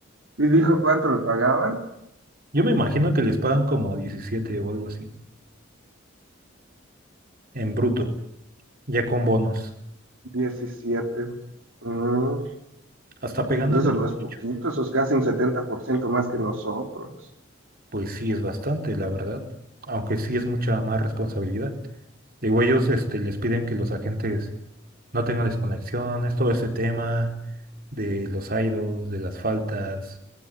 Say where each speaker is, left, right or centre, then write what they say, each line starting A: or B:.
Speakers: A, on the right; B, on the right.
A: Y dijo cuánto le pagaban,
B: Yo me imagino que les pagan como 17 o algo así, en bruto, ya con bonos,
A: Diecisiete. Mm,
B: hasta pegándole
A: pues eso
B: el
A: no
B: 18.
A: es poquito, eso es casi un 70% más que nosotros.
B: Pues sí, es bastante, la verdad, aunque sí es mucha más responsabilidad. Digo, ellos este, les piden que los agentes no tengan desconexiones, todo ese tema de los idos, de las faltas,